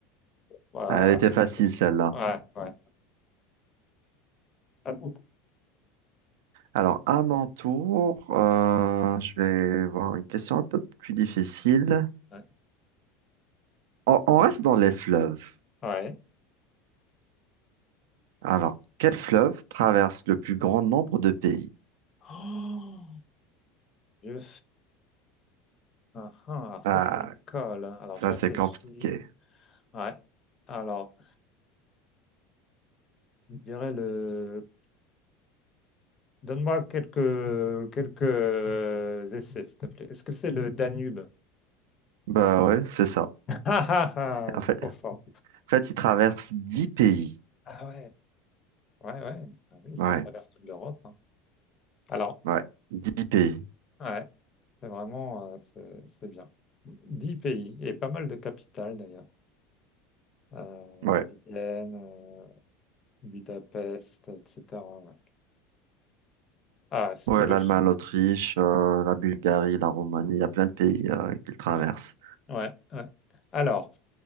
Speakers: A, on the left (about 25°); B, on the right (about 80°).
A: Voilà.
B: Ah, Elle était facile, celle-là.
A: Ouais, ouais. Attends.
B: Alors, à mon tour, euh, je vais voir une question un peu plus difficile.
A: Ouais.
B: On, on reste dans les fleuves.
A: Ouais.
B: Alors, quel fleuve traverse le plus grand nombre de pays?
A: Oh, je... Ah, ah, alors ça,
B: Ah,
A: c'est une colle. Alors,
B: ça
A: je réfléchis.
B: c'est compliqué.
A: Ouais. Alors, je dirais le Donne-moi quelques, quelques euh, essais, s'il te plaît. Est-ce que c'est le Danube? <laughs>
B: Bah ouais, c'est ça.
A: Ah ah ah,
B: En fait,
A: trop
B: en
A: fort.
B: fait, il traverse 10 pays.
A: Ah ouais, ouais, ouais. Ah oui, ça
B: Ouais,
A: traverse toute l'Europe. hein. Alors,
B: ouais, 10 pays.
A: ouais, c'est vraiment, euh, c'est c'est bien. Dix pays et pas mal de capitales d'ailleurs. Euh,
B: Ouais,
A: Vienne, euh, Budapest, etc. ouais. Ah, si
B: ouais,
A: tu veux
B: l'Allemagne,
A: que je...
B: l'Autriche, euh, la Bulgarie, la Roumanie, il y a plein de pays euh, qu'il traverse.
A: Ouais, ouais, ouais. Alors,